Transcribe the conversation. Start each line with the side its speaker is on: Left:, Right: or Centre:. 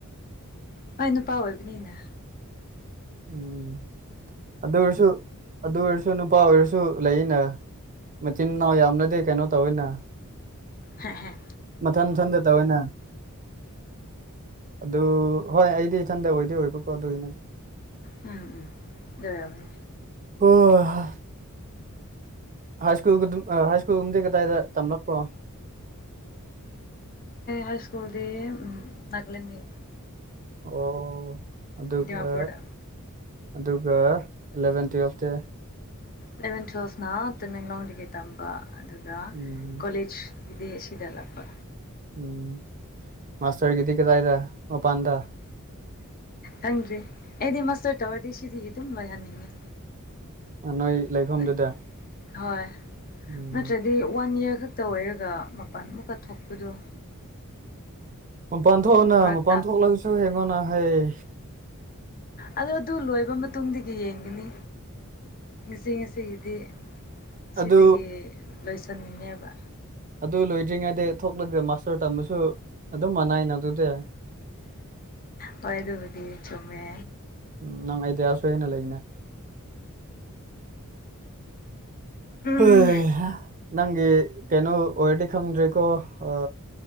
Left: ꯍꯣꯏ ꯅꯨꯄꯥ ꯑꯣꯏꯕꯅꯤꯅ
Right: ꯎꯝ ꯑꯗꯨꯑꯣꯏꯔꯁꯨ ꯑꯗꯨ ꯑꯣꯏꯔꯁꯨ ꯅꯨꯄꯥ ꯑꯣꯏꯔꯁꯨ ꯂꯩꯅ ꯃꯆꯤꯟ ꯃꯅꯥꯎ ꯌꯥꯝꯅꯗꯤ ꯀꯩꯅꯣ ꯇꯧꯋꯤꯅ
Left: ꯍꯦ ꯍꯦ
Right: ꯃꯊꯟ ꯃꯊꯟꯗ ꯇꯧꯋꯦꯅꯦ ꯑꯗꯨ ꯍꯣꯏ ꯑꯩꯗꯤ ꯏꯊꯟꯇ ꯑꯣꯏꯗꯣꯏ ꯑꯣꯏꯕꯀꯣ ꯑꯗꯨꯒꯤꯅꯦꯗ
Left: ꯎꯝ ꯎꯝ ꯗꯨꯏ ꯑꯣꯏꯔꯝꯅꯤ
Right: ꯍꯣꯏ ꯍꯣꯏ ꯍꯥꯏ ꯁ꯭ꯀꯨꯜ ꯍꯥꯏ ꯁ꯭ꯀꯨꯜꯒꯨꯝꯗꯤ ꯀꯗꯥꯏꯗ ꯇꯝꯂꯛꯄ꯭ꯔꯣ
Left: ꯍꯥꯏ ꯁ꯭ꯀꯨꯜꯗꯤ ꯅꯒꯂꯦꯟꯒꯤ
Right: ꯑꯣ ꯑꯗꯨꯒ
Left: ꯗꯤꯃꯥꯄꯨꯔꯗ
Right: ꯑꯗꯨꯒ ꯑꯦꯂꯚꯦꯟ ꯇꯨꯋꯦꯜꯐ ꯇꯤ
Left: ꯑꯦꯂꯕꯦꯟ ꯇꯨꯋꯦꯜꯐꯅ ꯇꯃꯦꯡꯂꯣꯡꯗꯒꯤ ꯇꯝꯕ ꯑꯗꯨꯒ
Right: ꯎꯝ
Left: ꯀꯣꯂꯦꯖ ꯏꯗꯤ ꯁꯤꯗ ꯂꯥꯛꯄ
Right: ꯎꯝ ꯃꯥꯁꯇꯔꯒꯤꯗꯤ ꯀꯗꯥꯏꯗ ꯃꯄꯥꯟꯗꯥ
Left: ꯈꯪꯗ꯭ꯔꯔꯤ ꯑꯩꯗꯤ ꯃꯥꯁꯇꯔ ꯇꯔꯗꯤ ꯁꯤꯗꯤ ꯑꯗꯨꯝ ꯂꯣꯏꯍꯟꯅꯤꯡꯉꯦ
Right: ꯅꯣꯏ ꯂꯩꯐꯝꯗꯨꯗ
Left: ꯂꯥꯏꯛ ꯍꯣꯏ
Right: ꯎꯝ
Left: ꯅꯠꯇ꯭ꯔꯗꯤ ꯋꯥꯟ ꯏꯌꯔ ꯈꯛꯇ ꯑꯣꯏꯔꯒ ꯃꯄꯥꯟꯃꯨꯛꯀ ꯊꯣꯛꯄꯗꯣ
Right: ꯃꯄꯥꯟ ꯊꯣꯛꯑꯅ
Left: ꯐꯔꯛ
Right: ꯃꯄꯥꯟ ꯊꯣꯛꯂꯒꯁꯨ ꯍꯡꯉꯣꯅ ꯍꯥꯏꯌꯦ
Left: ꯑꯣ ꯑꯗꯨ ꯂꯣꯏꯕ ꯃꯇꯨꯡꯗꯒꯤ ꯌꯦꯡꯒꯅꯤ ꯉꯁꯤ ꯉꯁꯤꯒꯤꯗꯤ ꯁꯤꯗꯒꯤ
Right: ꯑꯗꯨ
Left: ꯂꯣꯏꯁꯟꯅꯤꯡꯅꯦꯕ
Right: ꯑꯗꯨ ꯂꯣꯏꯗ꯭ꯔꯤꯉꯩꯗ ꯊꯣꯛꯂꯒ ꯃꯥꯁꯇꯔ ꯇꯝꯕꯁꯨ ꯑꯗꯨꯝ ꯃꯅꯥꯏꯅ ꯑꯗꯨꯗꯤ
Left: ꯍꯣꯏ ꯑꯗꯨꯕꯨꯗꯤ ꯆꯨꯝꯃꯦ
Right: ꯎꯝ ꯅꯪ ꯑꯩꯗꯤꯌꯥ ꯁꯣꯏꯅꯥ ꯂꯩꯅꯦ
Left: ꯎꯝ
Right: ꯍꯣꯏ ꯅꯪꯒꯤ ꯀꯩꯅꯩ ꯑꯣꯔꯗꯤ ꯈꯪꯗꯔꯦꯀꯣ ꯑ